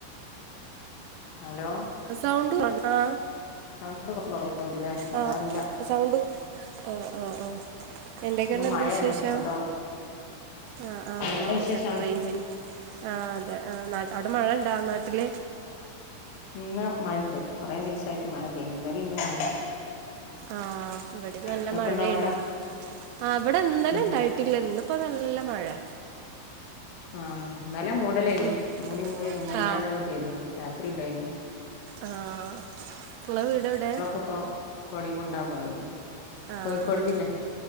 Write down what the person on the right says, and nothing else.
സൗണ്ട് <unintelligible> ആ
ആ
സൗണ്ട് ആഹ് ആഹ ആഹ എന്തൊക്കെയാണ്
എന്ത്
വിശേഷം
ആ ആ അതാവും
ചെലപ്പൊ റേഞ്ചിന് ആഹ് അതെ നാട്ട അവിടെ മഴ ഇണ്ടാ നാട്ടിൽ
ആഹ ഇവിടെം നല്ല
മഴേണ്
ആ ഇവിടെ ഇന്നലെ
ഇണ്ടായിട്ടില്ല ഇന്ന് ഇപ്പം നല്ല മഴെ
ഉം.
ആ
ആഹ ഇങ്ങളെ വീട് എവിടെ
ആഹ്